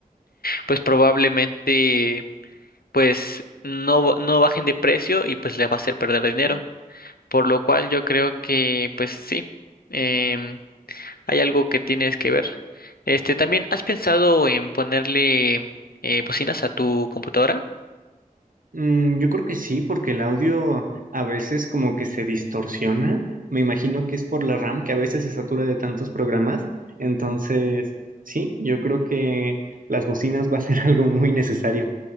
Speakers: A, on the left (about 85°); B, on the right (about 65°).
A: pues probablemente pues no, ba- no bajen de precio y pues le va a hacer perder dinero. Por lo cual yo creo que pues sí, em, hay algo que tienes que ver. Este, también, ¿has pensado en ponerle eh, bocinas a tu computadora?
B: Mm, yo creo que sí, porque el audio a veces como que se distorsiona. Me imagino que es por la RAM que a veces se satura de tantos programas. Entonces, sí, yo creo que las bocinas <laughs> va a ser <laughs> algo muy necesario.